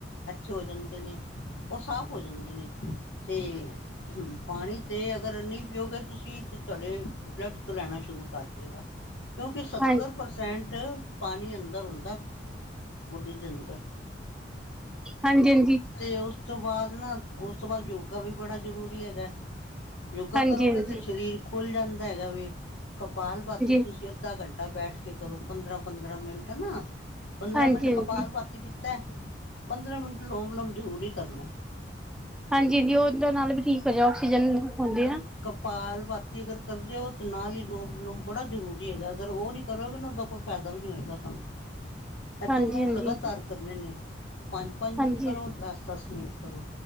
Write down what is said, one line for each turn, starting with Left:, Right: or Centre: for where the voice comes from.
Left: ਅੱਛੇ ਹੋ ਜਾਂਦੇ ਨੇ। ਉਹ ਸਾਫ਼ ਹੋ ਜਾਂਦੇ ਨੇ, ਤੇ ਹ ਪਾਣੀ ਤੇ ਅਗਰ ਨਹੀਂ ਪੀਓਗੇ ਤੁਸੀਂ, ਤੁਹਾਡੇ ਬਲੱਡ ਤੋਂ ਲੈਣਾ ਸ਼ੁਰੂ ਕਰ ਦੇਗਾ। ਕਿਉਂਕਿ ਸੱਤਰ
Centre: ਹਾਂਜੀ ਹਾਂਜੀ
Left: ਪ੍ਰਸੈਂਟ ਪਾਣੀ ਅੰਦਰ ਉਦਾ, ਬੁੱਡੀ ਦੇ ਅੰਦਰ।
Centre: ਹਾਂਜੀ, ਹਾਂਜੀ।
Left: ਤੇ ਉਸ ਤੋਂ ਬਾਅਦ ਨਾ, ਉਸ ਤੋਂ ਬਾਅਦ ਯੋਗਾ ਵੀ ਬੜਾ ਜਰੂਰੀ ਹੈਗਾ। ਯੋਗਾ
Centre: ਹਾਂਜੀ
Left: ਕਰੋਗੇ
Centre: ਹਾਂਜੀ
Left: ਤੇ ਸਰੀਰ ਖੁੱਲ ਜਾਂਦਾ ਹੈਗਾ ਵੀ, ਕਪਾਲ ਬਾਤੀ
Centre: ਹਾਂਜੀ ਹਾਂਜੀ ਹਾਂਜੀ ਹਾਂਜੀ ਹਾਂਜੀ
Left: ਤੁਸੀਂ
Centre: ਹਾਂਜੀ ਹਾਂਜੀ ਹਾਂਜੀ ਹਾਂਜੀ
Left: ਅੱਧਾ ਘੰਟਾ ਬੈਠ ਕੇ ਕਰੋ। ਪੰਦਰਾਂ -ਪੰਦਰਾਂ ਮਿੰਟ ਹਨਾ, ਪੰਦਰਾਂ
Centre: ਹਾਂਜੀ
Left: ਮਿੰਟ ਕਪਾਲ
Centre: ਹਾਂਜੀ
Left: ਵਤ ਕੀਤਾ, ਪੰਦਰਾਂ ਮਿੰਟ ਲੋਮ- ਲੋੋਮ ਜਰੂਰੀ ਕਰਨਾ।
Centre: ਹਾਂਜੀ, ਹਾਂਜੀ ਉਹ ਨਾਲ ਵੀ ਠੀਕ ਹੋ ਜਾ, ਆਕਸੀਜਨ ਹੁੰਂਦੀ ਨਾ।
Left: ਪਾਲ ਬਾਤੀ ਅਗਰ ਕਰਦੇ ਔ ਤਾਂ ਨਾਲ ਹੀ ਲੋਮ- ਲੋੋਮ ਬੜਾ ਜ਼ਰੂਰੀ ਹੈਗਾ, ਅਗਰ ਉਹ ਨਹੀਂ ਕਰੋਗੇ ਨਾ ਉਹਦਾ ਕੋਈ ਫਾਇਦਾ ਵੀ ਨੀ ਹੋਏਗਾ ਤੁਹਾਨੂੰ।
Centre: <inaudible>
Left: ਇਹ ਦੋਨੋਂ
Centre: ਹਾਂਜੀ
Left: ਲਗਾਤਾਰ ਕਰਨੇ ਨੇ, ਪੰਜ -ਪੰਜ
Centre: ਹਾਂਜੀ
Left: ਮਿੰਟ ਕਰੋ। ਦਸ- ਦਸ ਮਿੰਟ ਕਰੋ।